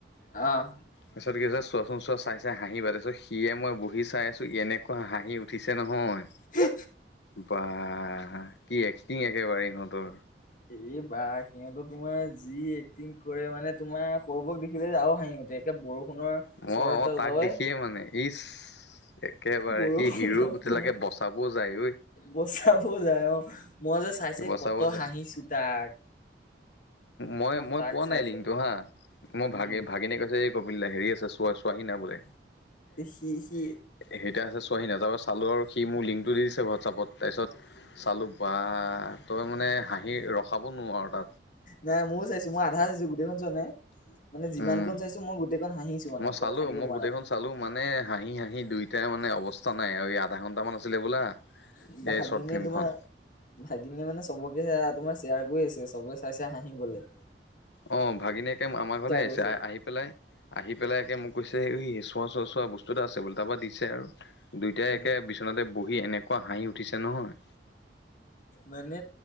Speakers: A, on the left (about 50°); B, on the left (about 70°).
A: অঁ
B: তাৰপিছত কি কৈছে চোৱাচোন চোৱা চাই চাই হাঁহিবা তাৰপিছত সিয়ে মই বহি চাই আছোঁ এনেকুৱা হাঁহি উঠিছে নহয়
A: এ হে
B: বা কি এক্টিং একেবাৰে ইহঁতৰ
A: এই বাহ সিহঁতে তোমাৰ যি এক্টিং কৰে মানে তোমাৰ সৌৰবক দেখিলে যে আও হাঁহি উঠে এতিয়া বৰষুণৰ
B: অ
A: চৰ্ট এটা
B: অ তাক
A: লয়
B: দেখিয়ে মানে ইচ একেবাৰে
A: বৰষুণত
B: সি হিৰো গোটেইলাকে
A: তোমাৰ
B: বচাবও যায় ঐ
A: বচাব যায় অ মই যে চাই
B: সি
A: চাই
B: বচাব
A: কতৰ
B: যায়
A: হাঁহিছো তাক
B: মই মই
A: তাক
B: পোৱা
A: চাই
B: নাই লিংকটো
A: চাই
B: হা মই ভাগি
A: উম।
B: ভাগিনে কৈছে এই কপিল দা হেৰি চোৱা চোৱা হিনা বোলে
A: সি সি
B: সেইতা আছে চোৱাহি না তাৰপিছত চালো আৰু সি মোৰ লিংক দি দিছে হোৱাটছআপত তাৰপিছত চালোঁ বা তই মানে হাঁহি ৰখাব নোৱাৰ আৰু তাত
A: নাই ময়ো চাইছো মই আধা চাইছো গোটেইখন চোৱা নাই মানে যিমান
B: উম
A: কণ চাইছো মই গোটেইখন হাঁহিছো মানে
B: মই চালো
A: পুৰা থাকিব
B: মই
A: পৰা
B: গোটেইখন
A: নাই
B: চালো মানে হাঁহি হাঁহি দুইোটাই মানে অৱস্থা ত নাই আৰু আধা ঘণ্টামান আছিলে বোলা
A: ভাগিনীয়ে
B: এই চৰ্ট ফিল্মখন
A: তোমাৰ ভাগিনীয়ে মানে চবকে তোমাৰ শ্বেয়াৰ কৰি আছে চবই চাই চাই হাঁহিবলৈ
B: অ ভাগিনীয়েকে আমাৰ ঘৰলে আহিছে
A: কৰিছে
B: আহি পেলাই আহি পেলাই একে মোক কৈছে এই চোৱা চোৱা চোৱা বস্তু এটা আছে বোলে তাৰপৰা দিছে আৰু দুইটাই
A: উম,
B: একে বিচনাতে বহি এনেকোৱা হাঁহি উঠিছে নহয়
A: মানে